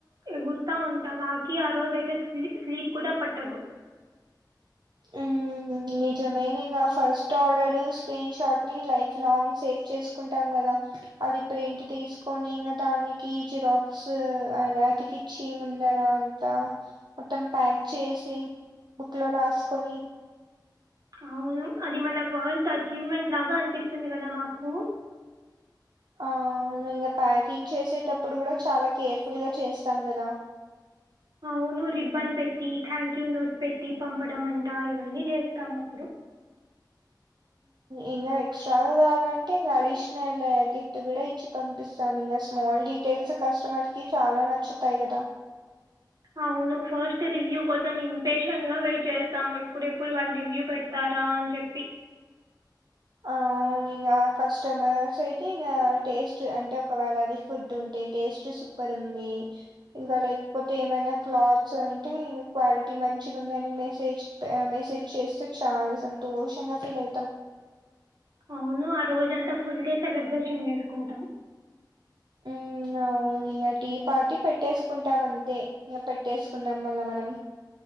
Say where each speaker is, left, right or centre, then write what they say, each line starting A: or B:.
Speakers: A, on the right; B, on the right.
A: ఎగుర్తా ఉంటాను కి ఆ రోజు అయితే స్ స్లీప్ కూడా పట్టదు
B: మ్మ్ నిజమేలే ఇంగ ఫస్ట్ ఆర్డర్ స్క్రీన్ షాట్ ని లైఫ్ లాంగ్ సేవ్ చేసుకుంటాం కదా అది ప్రింట్ తీసుకొని ఇంగ దానికి జిరాక్స్ అతికిచ్చి ముందర కా మొత్తం ప్యాక్ చేసి బుక్ లో రాసుకొని
A: అవును అది మన ఫస్ట్ అచీవ్మెంట్ లాగా అనిపిస్తుంది కదా మాకు
B: ఆ ఇంగా ప్యాకింగ్ చేసేటప్పుడు కూడా చాలా కేర్ఫుల్ గా చేస్తాం కదా
A: అవును రిబ్బన్ పెట్టి థ్యాంక్ యూ నోట్ పెట్టి పంపడం అంటా ఇవన్నీ చేస్తాం అప్పుడు
B: ఇంకా ఎక్స్ట్రాగా కావాలంటే ఇంకా అడిషనల్ గిఫ్ట్ కూడా ఇచ్చి పంపిస్తాం ఇంగ స్మాల్ డి తెల్సు కస్టమర్ కి చాలా నచ్చుతాయి కదా
A: అవును ఫస్ట్ రివ్యూ కోసం ఇంపేషెంట్ గా వెయిట్ చేస్తాము ఎప్పుడేప్ ప్పుడు వాల్ రివ్యూ పెడతారా అని చెప్పి
B: ఆ ఇంకా కస్టమర్స్ అయితే ఇంకా టేస్ట్ అంటే ఒకవేళ అది ఫుడ్ ఉంటే టేస్ట్ సూప్ పర్ ఉంది ఇంకా లేకపోతే ఏమైనా క్లాత్స్ అంటే ఇంకా క్వాలిటీ మంచిగా ఉంది అని మెసేజ్ మెసేజ్ చేస్తే చాలా సంతోషంగా ఫీల్ అవుతాం
A: అవును ఆ రోజ అంతా ఫుల్ డే సెలబ్రేషన్ చేసుకుంటాం
B: ఉ అవును ఇక టీ పార్టీ పెట్టేసుకుంటాం అంతే ఇంక పెట్టేసుకుందాం మళ్ల మనం